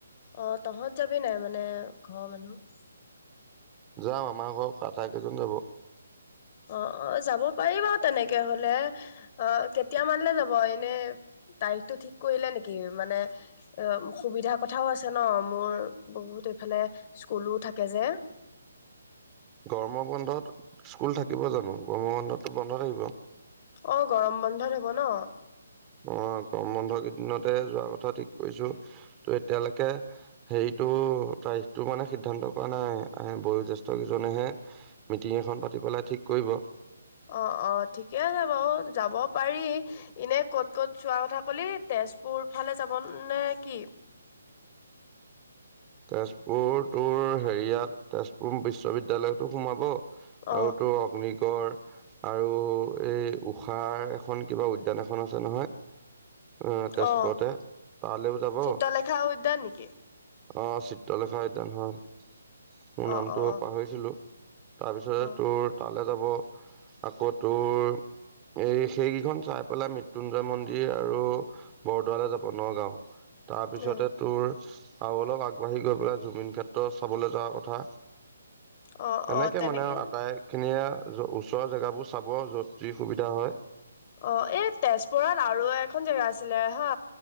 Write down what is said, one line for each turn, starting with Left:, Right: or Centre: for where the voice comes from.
Left: অ তহঁত যাবি নাই মানে ঘৰৰ মানুহ
Right: যাম আমাৰ ঘৰত আটাই কেইজন যাব।
Left: অ অ যাব পাৰিব তেনেকে হলে অ কেতিয়া মানলে যাব এনে তাৰিখটো ঠিক কৰিলে নেকি মানে অ সুবিধা কথাও আছে ন মোৰ বহুত সেফালে স্কুলো থাকে যে।
Right: গৰম বন্ধত স্কুল থাকিব জানো গৰম বন্ধতো বন্ধ থাকিব।
Left: অ গৰম বন্ধত হব ন।
Right: অ গৰম বন্ধ কেইদিনতে যোৱা কথা ঠিক কৰিছো ত এতিয়ালৈকে হেৰি টো তাৰিখটো মানে সিদ্ধান্ত কৰা নাই আহ বয়ো জ্যেষ্ঠ কেইজনেহে মিটিং এখন পাতি পেলাই ঠিক কৰিব।
Left: অ অ ঠিকে আছে বাৰু যাব পাৰি এনে কত 'ত যোৱা কথা ক'লি তেজপুৰ ফালে যাব নে কি
Right: তেজপুৰ তোৰ হেৰিয়াত তেজপুৰ বিশ্ববিদ্যয়ালয়তো সোমাব
Left: অ
Right: আৰু তো অগ্নিগড় আৰু এই উষাৰ এখন কিবা উদ্যান এখন এখন আছে নহয় আহ তেজপুৰতে
Left: অ
Right: তালৈও যাব
Left: চিত্ৰলেখা উদ্যান নেকি
Right: অ চিত্ৰলেখা উদ্যান হয় মোৰ
Left: অ
Right: নামটো
Left: অ
Right: পাহৰিছিলো তাৰপিছতে
Left: অ
Right: তোৰ তালৈ যাব আকৌ তোৰ এই সেইকেইখন চাই পেলাই মৃত্যুঞ্জয় মন্দিৰ আৰু বৰদোৱালৈ যাব নগাঁও। তাৰপিছতে
Left: অ
Right: তোৰ। চাউ অলক আগবাঢ়ি গৈ পেলাই জুমিন ক্ষেত্ৰত চাবলৈ যোৱাৰ কথা।
Left: অ
Right: এনেকে
Left: অ তেনেকে
Right: মানে আটাই খিনিয়ে ওচৰৰ জেগাবোৰ। চাব য'ত যি সুবিধা হয়
Left: অ এই তেজপুৰত আৰু এ। এখন জেগা আছিলে হা